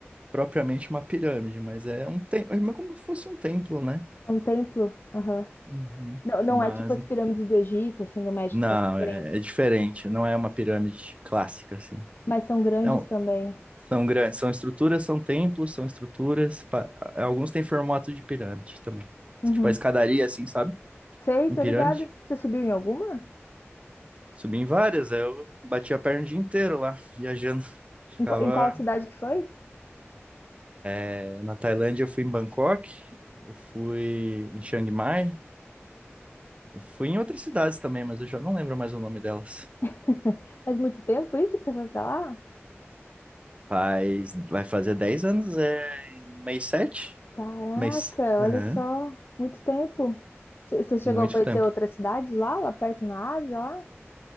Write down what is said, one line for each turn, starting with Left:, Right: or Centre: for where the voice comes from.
Right: propriamente uma pirâmide, mas é um templo, é como se fosse um templo, né?
Left: É um templo. Aham.
Right: Uhum.
Left: Não, não
Right: Mas
Left: é tipo as pirâmides do Egito, assim, do México,
Right: não,
Left: são diferentes,
Right: é, é diferente, não é uma pirâmide clássica assim.
Left: mas são grandes
Right: Então,
Left: também.
Right: são grandes, são estruturas, são templos, são estruturas, pa- alguns têm formato de pirâmide também.
Left: Uhum.
Right: Tipo a escadaria assim, sabe?
Left: Sei,
Right: Em
Left: tô
Right: pirâmide.
Left: ligada. Você subiu em alguma?
Right: Subi em várias, aí eu bati a perna o dia inteiro lá, viajando. Ficava
Left: Em, qua- em qual cidade que foi?
Right: é, na Tailândia, eu fui em Bangkok, eu fui em Chiang Mai, eu fui em outras cidades também, mas eu já não lembro mais o nome delas.
Left: <laughs> Faz muito tempo isso que você foi pra lá?
Right: Faz, vai fazer 10 anos, é no mês sete
Left: Caraca,
Right: Mês. Aham,
Left: olha só, muito tempo. Você você chegou
Right: Muito
Left: a conhecer
Right: tempo.
Left: outras cidades lá, lá perto na Ásia, lá?